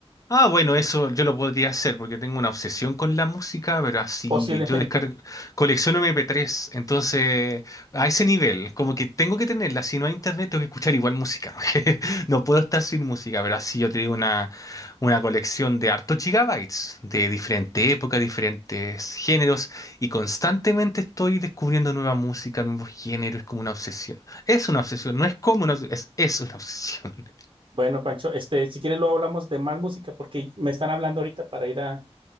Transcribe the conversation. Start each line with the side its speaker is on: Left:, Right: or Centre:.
Left: Ah, bueno, eso yo lo podría hacer porque tengo una obsesión con la música, pero así
Right: posiblemente.
Left: yo descargo,
Right: <laughs>
Left: colecciono MP3, entonces a ese nivel, como que tengo que tenerla, si no hay internet tengo que escuchar igual música, <laughs> no puedo estar sin música, pero así yo te digo una, una colección de hartos gigabytes, de diferente época, diferentes géneros, y constantemente estoy descubriendo nueva música, nuevos géneros, es como una obsesión. Es una obsesión, no es como una obsesión, es, es una obsesión.
Right: Bueno, Pancho, este, si quieres luego hablamos de más música porque me están hablando ahorita para ir a,